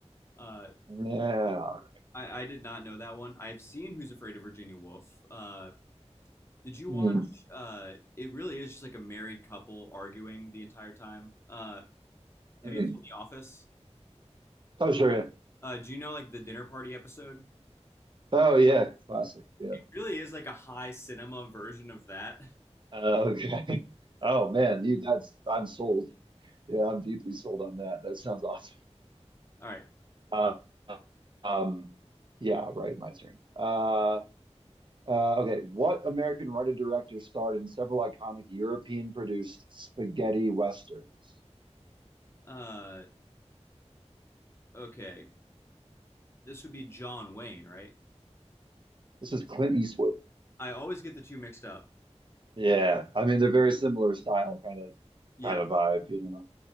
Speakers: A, on the left; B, on the right.
A: Uh,
B: Yeah.
A: I I did not know that one. I've seen Who's Afraid of Virginia Woolf. Uh, did you
B: Hmm.
A: watch? Uh, it really is just like a married couple arguing the entire time. Uh,
B: Hmm.
A: have you seen The Office?
B: Oh, sure. Yeah.
A: Uh, do you know like the dinner party episode?
B: Oh, yeah. Classic. Yeah.
A: Really is like a high cinema version of that.
B: Uh, okay. <laughs>
A: <laughs>
B: Oh,
A: All
B: man. You, that's, I'm sold. Yeah, I'm deeply sold on that. That sounds awesome.
A: right.
B: Uh, um, yeah, right. My turn. Uh, uh, okay. What American writer director starred in several iconic European produced spaghetti westerns?
A: Uh, okay. This would be John Wayne, right?
B: This is Clint Eastwood.
A: I always get the two mixed up.
B: Yeah, I mean they're very similar style, kind of,
A: Yeah.
B: kind of vibe. You know,